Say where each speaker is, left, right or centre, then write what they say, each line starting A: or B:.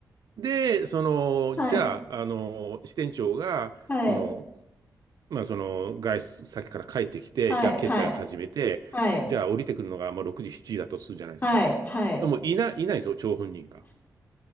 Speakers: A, on the right; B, on the left.
A: で、その、
B: はい、
A: じゃあ、あの、支店長が、
B: はい、
A: その、まあ、その外出先から帰ってきて、
B: はい、
A: じゃあ決済を始めて、
B: はい、はい、
A: じゃあ降りてくるのがまあ6時、7時だとするじゃないですか。
B: はい、はい、
A: でもいない、いないですよ、張本人が。